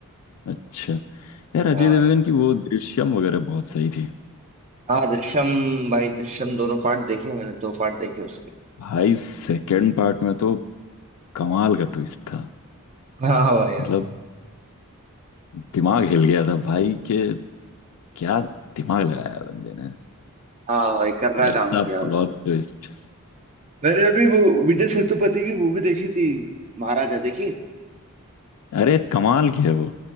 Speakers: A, on the left; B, on the right.
A: अच्छा यार अजय
B: हाँ
A: देवगन की वो दृश्यम वगैरह बहुत सही थी
B: हाँ दृश्यम भाई दृश्यम दोनों पार्ट देखे मैंने दो पार्ट देखे उसके
A: भाई सेकंड पार्ट में तो कमाल का ट्विस्ट था
B: हाँ भाई हाँ
A: मतलब दिमाग हिल गया था भाई के क्या दिमाग लगाया बंदे ने
B: हाँ भाई कर्रा
A: ऐसा
B: काम किया
A: प्लॉट
B: उसने
A: ट्विस्ट
B: मैंने अभी वो विजय सेतुपति की मूवी देखी थी महाराजा देखी
A: अरे कमाल की है वो